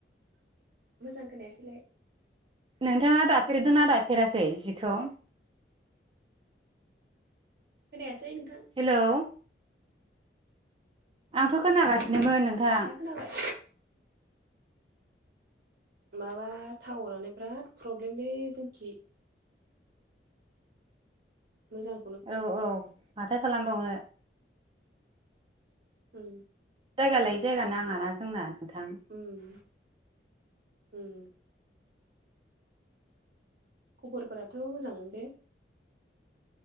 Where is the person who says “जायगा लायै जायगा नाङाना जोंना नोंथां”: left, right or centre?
Right